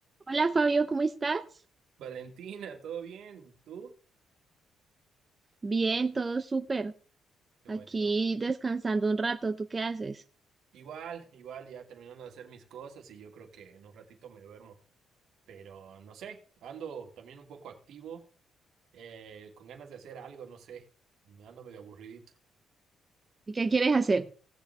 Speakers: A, on the right; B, on the right.
A: Hola Fabio, ¿cómo estás?
B: Valentina, ¿todo bien? ¿Tú?
A: Bien, todo súper.
B: Qué
A: Aquí
B: bueno.
A: descansando un rato, ¿tú qué haces?
B: Igual, igual, ya terminando de hacer mis cosas y yo creo que en un ratito me duermo. Pero no sé, ando también un poco activo, eh, con ganas de hacer algo, no sé, ando medio aburridito.
A: ¿Y qué quieres hacer?